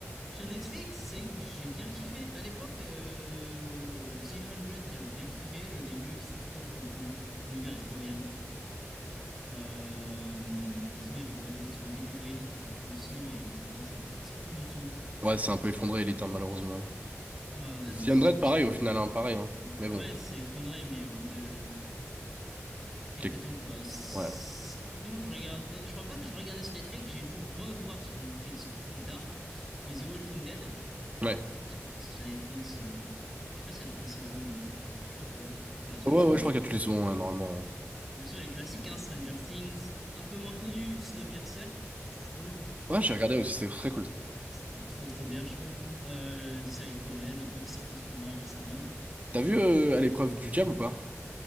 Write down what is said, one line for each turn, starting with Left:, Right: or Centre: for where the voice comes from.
Centre: Sur Netflix, c'est que j'ai bien kiffé. À l'époque, euh, The 100, j'avais bien kiffé. Le début, c'est trop trop cool. L'univers est trop bien. Euh, sinon, il y avait quoi d'autre? Le début de Elite était cool aussi, mais maintenant, ça m'intéresse plus du tout.
Right: Ouais, c'est un peu effondré, Elite, hein, malheureusement.
Centre: Ah ouais,
Right: The
Centre: non, c'est
Right: Undead,
Centre: trop-
Right: pareil,
Centre: c'est devenu...
Right: au final, hein, pareil. hein. Mais
Centre: Ouais,
Right: bon.
Centre: c'est effondré, mais au bout de... bout de quelques
Right: j'ai-
Centre: temps, quoi. Sinon,
Right: Ouais.
Centre: je regardais. Je crois pas que je regardais sur Netflix. J'ai dû revoir sur Netflix plus tard. Mais The Walking Dead, un
Right: Ouais.
Centre: petit peu, parce que du coup, c'est sur Netflix. euh, Je sais pas s'il y a toutes les saisons, mais je crois que ouais. Ouais, il y a toutes
Right: Ouais,
Centre: les saisons.
Right: ouais, je crois qu'il y a toutes les saisons, ouais, normalement. Ouais,
Centre: Mais sur les classiques, hein, Stranger Things, un peu moins connu, Snowpiercer, que je trouve cool.
Right: Ouais, j'ai regardé aussi, c'est très cool.
Centre: C'est trop trop bien, je trouve. Euh, les séries coréennes, un peu qui sortent en ce moment récemment là.
Right: T'as vu euh, À l'épreuve
Centre: Euh,
Right: du diable ou pas?